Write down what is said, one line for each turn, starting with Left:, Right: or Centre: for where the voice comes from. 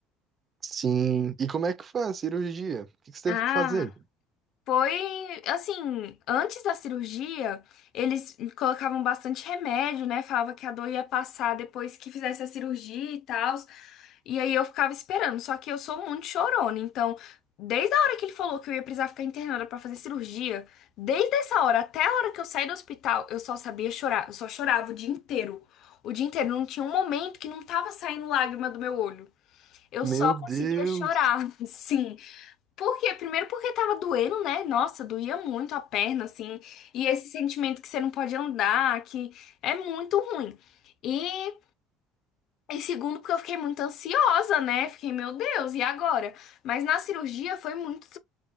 Right: Sim. E como é que foi a cirurgia? O que que você
Left: Ah.
Right: teve que fazer?
Left: Foi assim, antes da cirurgia, eles colocavam bastante remédio, né? Falava que a dor ia passar depois que fizesse a cirurgia e tal. E aí eu ficava esperando. Só que eu sou muito chorona, então, desde a hora que ele falou que eu ia precisar ficar internada pra fazer cirurgia, desde essa hora até a hora que eu saí do hospital, eu só sabia chorar. Eu só chorava o dia inteiro. O dia inteiro, não tinha um momento que não tava saindo lágrima do meu olho. Eu
Right: Meu
Left: só conseguia
Right: Deus.
Left: chorar, <laughs> sim. Porque, primeiro porque tava doendo, né? Nossa, doía muito a perna, assim. E esse sentimento que você não pode andar, que é muito ruim. E, e segundo, porque eu fiquei muito ansiosa, né? Fiquei, meu Deus, e agora? Mas na cirurgia foi muito